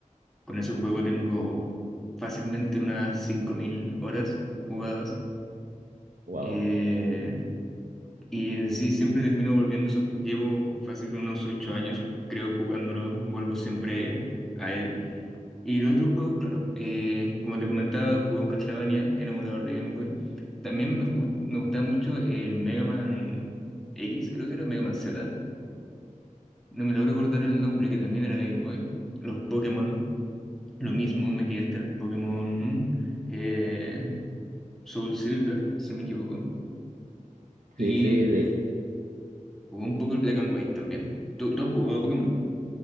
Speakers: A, in the centre; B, on the right (about 90°).
A: Con ese juego tengo fácilmente unas 5.000 horas jugadas
B: Wow.
A: eh, y en sí siempre termino volviendo, eso- llevo fácil unos 8 años creo jugándolo, vuelvo siempre a él. Y los otros juegos, claro, eh, como te comentaba, jugué un Castlevania en emulador de Game Boy. También me, ju- me gustaba mucho el Mega Man X, creo que era, Mega Man Z. No me logro acordar el nombre, que también era de Game Boy. Los Pokémon, lo mismo, me quedé hasta el Pokémon eh, Soul Silver, si no me equivoco. Y
B: Sí, sí, de-
A: jugué un poco el Black and White también. ¿Tú, tú has jugado a Pokémon?